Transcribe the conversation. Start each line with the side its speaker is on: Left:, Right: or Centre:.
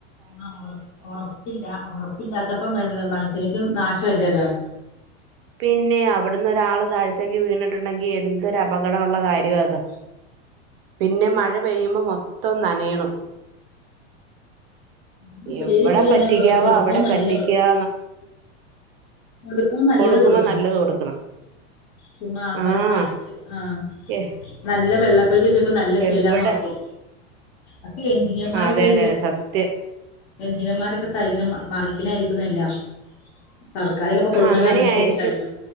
Left: ആഹ് ഉറപ്പില്ല ഉറപ്പില്ലാത്തപ്പം എഹ് മനുഷ്യർക്കും നാശമല്ലേ അതാ.
Right: പിന്നെ അവിടുന്നൊരാള് താഴത്തേക്ക് വീണിട്ടുണ്ടെങ്കി എന്തൊരു അപകടമുള്ള കാര്യണത്- പിന്നെ മഴ പെയ്യുമ്പോ മൊത്തം നനയണു-
Left: ഇത് പേരിട്ട്
Right: എവിടെ പറ്റിക്കാവോ
Left: അങ്ങനെ കൊടു കൊടുക്കും
Right: അവിടെ
Left: നല്ല
Right: പറ്റിക്കാ
Left: കൊടുക്ക നല്ലത്
Right: കൊടുക്കുമ്പോ
Left: കൊടുക്കണം.
Right: നല്ലത് കൊടുക്കണം
Left: ചുമ ആൾക്കാരെ
Right: ആഹ്
Left: കാണിച്ചു ആഹ്-
Right: എ
Left: നല്ല വെള്ളപ്പൊച്ചി വെച്ചക്കും നല്ല ചേലാന്ന്
Right: എവിടെ
Left: ഉറക്കും അപ്പൊ എഞ്ചിനീയർമാരൊ-
Right: അതെ
Left: കൈ
Right: അതെ അതെ സത്യം
Left: എഞ്ചിനിയർമാരൊക്കെ കൈങ്ങനെ മറിക്കിനായിരിക്കുന്നല്ലോ- സർക്കാര് ചെല്ലപ്പാ കൊടുക്കണ
Right: അങ്ങനെ
Left: എന്നാ
Right: ആയിരിക്കും
Left: കൊടുക്കണ്ടായിരിക്കും.